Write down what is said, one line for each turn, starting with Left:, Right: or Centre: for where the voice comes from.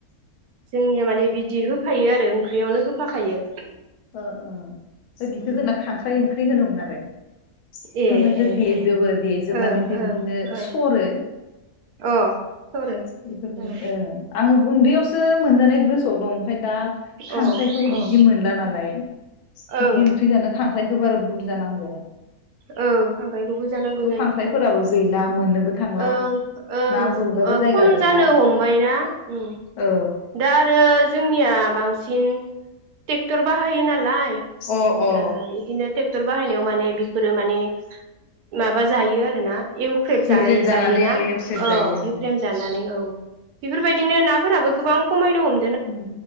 Right: जोंनिया माने बि बिदि होफायो आरो ओंख्रियावनो होफाखायो।
Left: ओ ओ फाय बिखौ
Right: उम
Left: जोंना खांख्राइ ओंख्रि होनोमोन आरो।
Right: ए
Left: खांख्राइखौ
Right: ए
Left: देजोबो
Right: ए
Left: देजोबनानै
Right: ओं
Left: ओमफाय
Right: ओं
Left: बिदिनो
Right: ओं
Left: सरो
Right: अ सरो
Left: बेफोरबायदि
Right: ओं
Left: ओ आं उन्दैयावसो मोनजानाय गोसोआव दं ओमफ्राय दा खांख्राइखोबो
Right: ओं अ
Left: बिदि मोनला नाला
Right: अ औ
Left: बिदि ओंख्रि जानो खां खांख्राइखौ आरो बुरजा नांग।
Right: औ खांख्रायखौबो जानांगौ जायोथ
Left: खांख्राइफोराबो
Right: रं
Left: गैला मोननोबो थांला
Right: ओं ओं
Left: ना गुरग्राबो जायगा
Right: खम
Left: गैला
Right: जानो हमबायना ओं
Left: औ
Right: दा आरो जोंनिया बांसिन टेक्ट'र बाहायो नालाय
Left: अ अ
Right: ओ इदिनो टेक्ट'र बाहायनायाव माने बि फोरो माने माबा जायो आरोना इउख्रेब
Left: गेख्रेम
Right: जानाय
Left: जानानै
Right: जायोना
Left: एवख्रेब जायो
Right: औ
Left: ओं
Right: इउख्रेम जानानै औ बेफोरबायदिनो नाफोराबो गोबां खमायनो हम
Left: उम